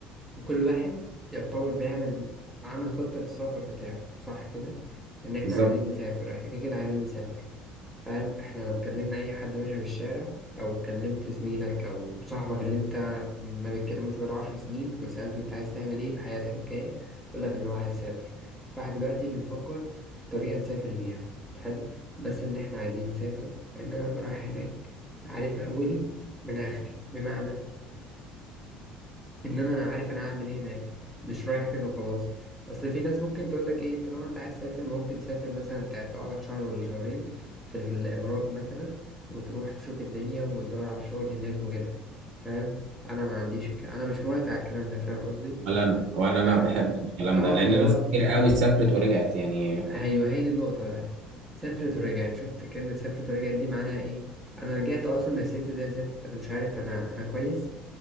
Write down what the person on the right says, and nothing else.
بالظبط
ولا انا ولا
انا بحب الكلام
ده لان
ناس كتير قوي سافرت ورجعت يعني